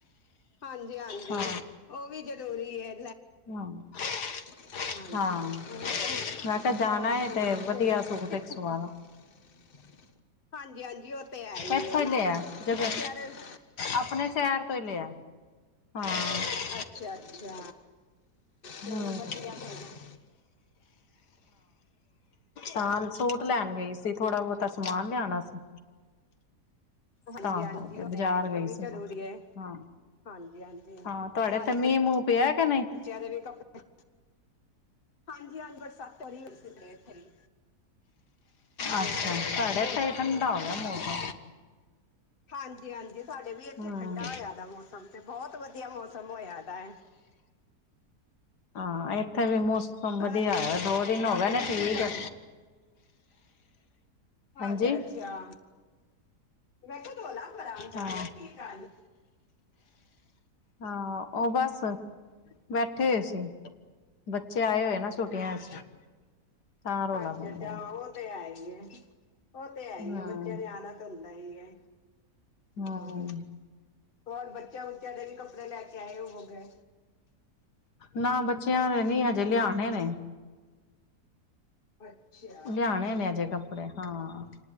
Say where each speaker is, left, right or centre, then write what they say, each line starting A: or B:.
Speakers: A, on the left (about 35°); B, on the left (about 85°).
A: ਹਾਂਜੀ- ਹਾਂਜੀ
B: ਹਾਂ
A: ਉਹ ਵੀ ਜ਼ਰੂਰੀ ਏ।
B: ਹਾਂ। <inaudible>
A: ਹਾਂਜੀ
B: ਹਾਂ
A: <unintelligible> ਤਾਂ
B: ਮੈਂ ਕਿਹਾ ਜਾਣਾ
A: ਹੋਰ ਸੁਣਾ
B: ਏ ਤੇ ਵਧੀਆ
A: ਫਣ
B: ਸੂਟ
A: ਕਿਥੇ
B: ਇੱਕ ਸਵਾ
A: <inaudible>
B: ਲਾ
A: ਹਾਂਜੀ- ਹਾਂਜੀ ਉਹ ਤੇ ਹੈ ਹੀ
B: ਇੱਥੋਂ
A: ਨਾਲ
B: ਲਿਆ ਜਗ੍ਹਾ
A: ਬੱਚਿਆਂ ਦੇ <inaudible>
B: ਆਪਣੇ ਸ਼ਹਿਰ ਤੋਂ ਲਿਆ ਹਾਂ।
A: ਅੱਛਾ, ਅੱਛਾ ਚਲ
B: ਹਮ
A: ਵਧੀਆ ਫਿਰ ਤਾਂ।
B: ਹਾਂ ਤਾਂ ਸੂਟ ਲੈਣ ਗਈ ਸੀ ਥੋੜਾ ਬਹੁਤਾ ਸਮਾਨ ਲਿਆਣਾ ਸੀ।
A: ਹਾਂਜੀ
B: ਤਾਂ
A: ਹਾਂਜੀ
B: ਕਰਕੇ
A: ਉਹ
B: ਬਜ਼ਾਰ
A: ਹੈਗੀ
B: ਗਈ
A: ਉਹ ਵੀ
B: ਸੀ
A: ਜ਼ਰੂਰੀ
B: ਹਾਂ,
A: ਹੈ
B: ਹਾਂ।
A: ਹਾਂਜੀ ਹਾਂਜੀ
B: ਹਾਂ ਤੁਹਾਡੇ
A: ਨਾਲੇ
B: ਏਥੇ ਮੀਂਹ ਮੂੰਹ ਪਿਆ ਕਿ ਨਹੀਂ?
A: ਬੱਚਿਆਂ ਦੇ ਵੀ ਕੱਪੜੇ <inaudible> ਹਾਂਜੀ-ਹਾਂਜੀ ਬਰਸਾਤ ਤੇ ਹੋਈ ਸੀ। ਇੱਥੇ ਹੀ ਤੇ
B: ਅੱਛਾ
A: ਹੁਣ,
B: ਸਾਡੇ
A: ਮੋਸਮ,
B: ਤੇ ਠੰਡਾ ਹੋ ਗਿਆ ਮੌਸਮ
A: ਕਾਫੀ ਬ ਹਾਂਜੀ- ਹਾਂਜੀ ਸਾਡੇ ਵੀ ਇੱਥੇ
B: ਹਮ
A: ਠੰਡਾ ਹੋਇਆ ਦਾ ਮੌਸਮ ਤੇ ਬਹੁਤ ਵਧੀਆ ਮੌਸਮ ਹੋਇਆ ਦਾ।
B: ਹਾਂ ਇੱਥੇ ਵੀ ਮੌਸਮ
A: ਤੁਹਾਡਾ
B: ਵਧੀਆ ਦੋ ਦਿਨ ਹੋਗੇ
A: ਪਿਆ
B: ਨੇ ਠੀਕ
A: ਕੀ ਗੱਲ
B: ਐ
A: ਅੱਛਾ-
B: ਹਾਂਜੀ
A: ਅੱਛਾ, ਮੈਂ ਕਿਹਾ ਰੋਲਾਂ ਬੜਾ ਆਂਦਾ
B: ਹਾਂ
A: ਪਿਆ ਕੀ ਗੱਲ?
B: ਹਾਂ ਉਹ ਬਸ, ਬੈਠੇ ਸੀ। ਬੱਚੇ ਆਏ ਹੋਏ
A: ਅੱਛਾ
B: ਨਾ ਛੁੱਟੀਆਂ 'ਚ, ਤਾਂ ਰੌਲਾ
A: ਅੱਛਾ
B: ਪੈਂਦਾ
A: ਅੱਛਾ
B: ਵਾ।
A: ਉਹ ਤੇ ਹੈ ਹੀ ਐ, ਉਹ ਤੇ ਹੈ ਹੀ
B: ਹਮ
A: ਐ ਬੱਚਿਆਂ ਨੇ ਆਣਾ ਤਾਂ ਹੁੰਦਾ ਹੀ ਐ।
B: ਹਮ
A: ਹੋਰ, ਹੋਰ ਬੱਚਿਆਂ ਬੂਚਿਆਂ ਦੇ ਵੀ ਕੱਪੜੇ ਲੈ ਕੇ ਆਏ ਹੋਵੋਗੇ।
B: ਨਾ ਬੱਚਿਆਂ ਦੇ ਨੀ ਹਜੇ ਲਿਆਣੇ ਨੇ।
A: ਅੱਛਾ
B: ਲਿਆਣੇ ਨੇ ਅਜੇ ਕੱਪੜੇ, ਹਾਂ।